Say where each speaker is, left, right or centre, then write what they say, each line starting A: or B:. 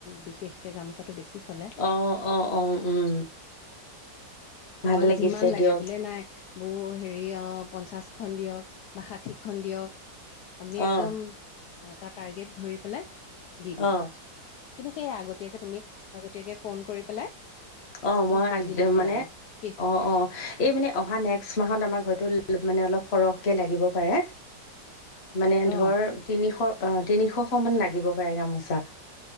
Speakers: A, on the left; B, on the left.
A: বিশেষকে গামোচাটো বেছি চলে।
B: অ', অ', অ', উম, ভাল
A: তোমাক
B: লাগিছে
A: যিমান লাগে
B: দিয়ক।
A: বোলে নাই। বৌ হেৰি অহ, পঞ্চাছখন দিয়ক বা ষাঠিখন দিয়ক। আপুনি একদম
B: অ',
A: এটা টাৰ্গেট ধৰি পেলাই দি দিম
B: অহ।
A: কিন্তু সেইয়া আগতীয়াকে তুমি, আগতীয়াকে ফোন কৰি পেলাই
B: অ'
A: মোক
B: মই
A: কৈ
B: আদম
A: দিলেই হ'ল
B: মানে,
A: আৰু কি
B: অ' অ'। এই মানে অহা নেক্সট মাহত আমাক হয়তো মানে অলপ সৰহকে লাগিব পাৰে। মানে ধৰ
A: অ
B: তিনিশ অহ তিনিশ শ মান লাগিব পাৰে গামোচা।